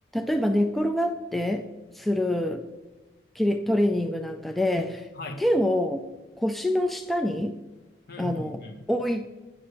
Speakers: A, in the centre; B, on the left.
A: 例えば寝っ転がってするキレトレーニングなんかで、
B: はい。
A: 手を腰の下に、
B: うんうんうん。
A: あの、置い